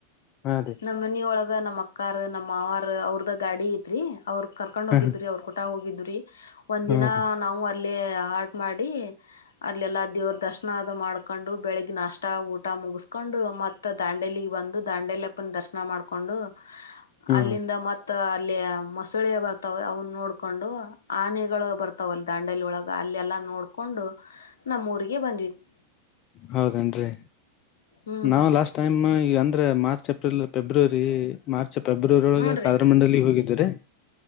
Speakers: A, on the left; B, on the left.
A: ಹಾ ರೀ
B: ನಮ್ಮನಿ ಒಳಗ ನಮ್ಮಕ್ಕ. ಕಾರ್ ನಮ್ಮ್ವಾರ್ ಅವ್ರದ ಗಾಡಿ ಐತ್ರಿ ಅವ್ರ. ಕಕೊಂಡ್
A: ಹ
B: ಹೋಗಿದ್ರಿ ಅವ್ರರು ಕುೂಟ ಹೋಗಿದ್ರಿ. ಒಂದ್
A: ಹಾ
B: ದಿನ
A: ರೀ
B: ನಾವು ಅಲ್ಲಿ. ಆಟ ಮಾಡಿ ಅದಲೆಲ್ಲಾ ದೇವ್ರ ದರ್ಶನ ಅದು ಮಾಡ್ಕೊಂಡು ಬೆಳಿಗ್ಗೆ ನಷ್ಟ ಊಟ ಮುಗಿಸ್ಕೊಂಡು ಮತ್ತ ದಾಂಡೇಲಿಗ್ ಬಂದು ದಾಂಡೇಲಿ ಅಪ್ಪನ ದರ್ಶನ ಮಾಡ್ಕೊಂಡು.
A: ಹ್ಮ
B: ಅಲ್ಲಿಂದ ಮತ್ತ. ಅಲ್ಲಿ ಮಸಳೆ ಬರ್ತ. ತ ಅವನ್ನ ನೋಡ್ಕೊಂಡು ಆನೆಗಳು ಬರ್ತಾವ್ ಅಲ್ಲಿ ದಾಂಡಲಿ ಒಳಗ ಅಲ್ಲೆಲ್ಲಾ. ನೋಡ್ಕೊಂಡು. ನಮ್ಮೂಊರಿಗೆ ಬಂದ್ವಿತ್ತು.
A: ಹೌದೇನ್ರಿ
B: ಹ್ಞೂ
A: ನಾವು
B: ರೀ
A: ಲಾಸ್ಟ್ ಟೈಮ್ ಈಗ ಅಂದ್ರೆ March April. February March. February ಒಳಗೆ
B: ಹ್ಞೂ ರೀ
A: ಕದ್ರ ಮಂಡಲ ಹೋಗಿದ್ರಿ